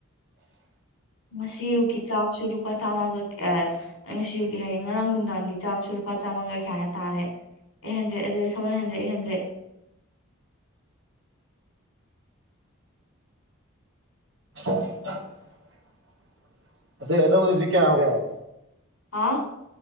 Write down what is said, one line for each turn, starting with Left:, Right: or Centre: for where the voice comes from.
Left: ꯉꯁꯤ ꯑꯌꯨꯀꯤ ꯆꯥꯛꯁꯨ ꯂꯨꯄꯥ ꯆꯥꯝꯃꯥꯒ ꯉꯁꯤꯌꯨꯀꯤ ꯍꯌꯦꯡ ꯉꯔꯥꯡ ꯅꯨꯡꯗꯥꯡꯒꯤ ꯆꯥꯛꯁꯨ ꯂꯨꯄꯥ ꯆꯥꯝꯃꯥꯒ ꯀꯌꯥ ꯍꯥꯏꯅ ꯇꯥꯔꯦ ꯑꯩꯠ ꯍꯟꯗ꯭ꯔꯦꯠ ꯑꯗꯨ ꯁꯥꯕꯦꯟ ꯍꯟꯗ꯭ꯔꯦꯠ ꯑꯇ ꯍꯦꯟꯗ꯭ꯔꯦꯠ
Right: <unintelligible> ꯑꯇꯩ ꯑꯗꯣ ꯍꯧꯖꯤꯛ ꯀꯌꯥ ꯀꯌꯥ
Left: ꯑꯥ